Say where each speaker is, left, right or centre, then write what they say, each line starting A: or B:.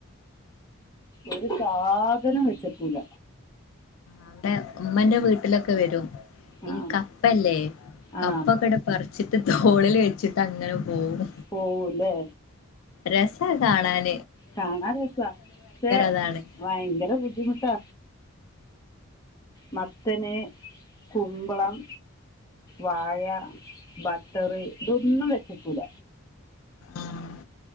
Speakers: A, on the left (about 15°); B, on the left (about 65°).
A: ഒരു സാധനം വെച്ചേക്കൂല
B: നമ്മടെ ഉമ്മെന്റെ വീട്ടിലൊക്കെ വരും
A: ആ
B: ഈ കപ്പല്ലേ കപ്പൊക്കെ
A: ആ
B: ഇടെ പറിച്ചിട്ട് തോളിൽ വെച്ചിട്ട് അങ്ങനെ പോവും.
A: പോവൂലേ
B: രസ കാണാൻ.
A: കാണാ രസാ ക്ഷേ
B: അതാണ്
A: ഭയങ്കര ബുദ്ധിമുട്ടാ. മത്തന് കുമ്പളം വാഴ ബട്ടററ് ഇതൊന്നും വെച്ചക്കൂല.
B: ആഹ്.